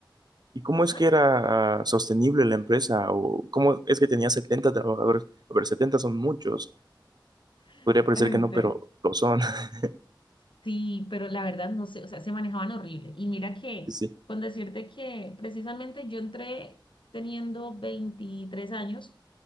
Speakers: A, on the right; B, on the left.
A: y cómo es
B: ¿Ah?
A: que era ah, sostenible la empresa? ¿O cómo es que tenía 70 trabajadores? A ver, 70 son muchos.
B: <laughs>
A: Podría parecer
B: Este,
A: que no, pero lo son. <laughs>
B: Sí, pero la verdad no sé, o sea, se manejaban horrible. Y mira que,
A: Sí, sí.
B: con decirte que precisamente yo entré teniendo 23 años